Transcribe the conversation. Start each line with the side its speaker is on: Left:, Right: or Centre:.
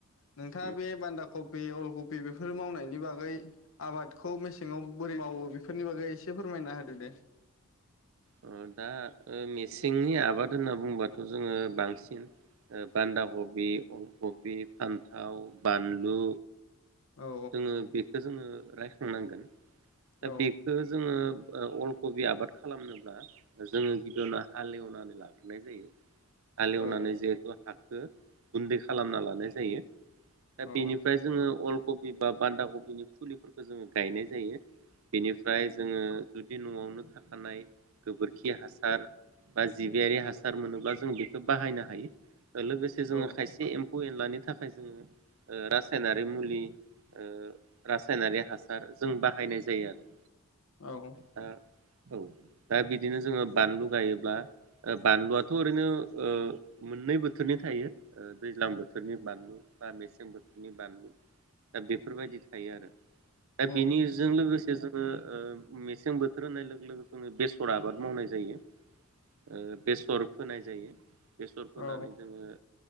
Left: नोंथाङा
Right: उम
Left: बे बान्दा ख फि, अल कफि बेफोर मावनायनि बागै आबादखौ मेसेङाव बोरै मावो बेफोरनि बागै एसे फोरमाय मायना होदो दे।
Right: अ दा ओ मेसेंनि आबाद होनना बुंबाथ' जोङो बांसिन बान्दा कब, अल कब, फान्था, बानलु
Left: औ
Right: जोङो बेखौ जोङो रायखांनांगोन दा
Left: औ
Right: बेखौ जोङो ओ अलकबि आबाद खालामनोब्ला जोङो गिबियावनो हालेवनानै लाग्रोनाय जायो। हालेवनानै
Left: औ
Right: जिहेथु हाखौ गुन्दै खालामना लानाय जायो दा
Left: औ
Right: बेनिफ्राय जोङो अल कबि बा बान्दा कबिनि फुलिफोरखौ जोङो गायनाय जायो। बेनिफ्राय जोङो जुदि न'आवनो थाखानाय गोबोरखि हासार बा जिबियारि हासार मोनोब्ला जों बेखौ बाहायनो हायो। लोगोसे
Left: औ
Right: जोङो खायसे एम्फौ एनलानि थाखाय जोङो ओ रासायनारि मुलि ओ रासायनारि हासार जों बाहायनाय जायो आरो
Left: औ
Right: दा औ दा बिदिनो जोङो बानलु गायोब्ला बानलुआथ 'ओ ओरैनो ओ मोननै बोथोरनि थाय थायो ओ दैज्लां बोथोरनि बानलु बा मेसें बोथोरनि बानलु दा बेफोरबायदि थायो आरो दा
Left: औ
Right: बेनिजों लोगोसे जोङो ओ मेसें बोथोर होननाय लोगो लोगो जोङो बेस सर आबाद मावनाय जायो ओ बेसर फोनाय जायो बेसर फोनानै
Left: औ
Right: जोङो